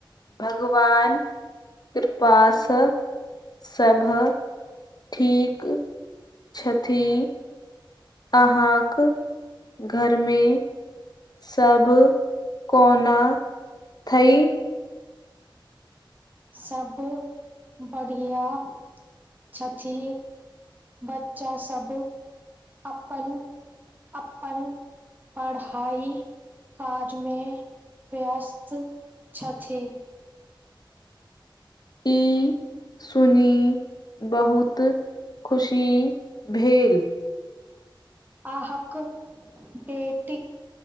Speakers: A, on the left (about 50°); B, on the right (about 20°).
A: भगवान कृपाँ सब ठीक छथि अहाँक घरमे सभ कोना थइ
B: सब बढ़ियाँ छथि बच्चा सब अपन अपन पढ़ाई काजमे व्यस्त छथि
A: ह सुनी बहुत खुशी भेल
B: अहाँक बेटीक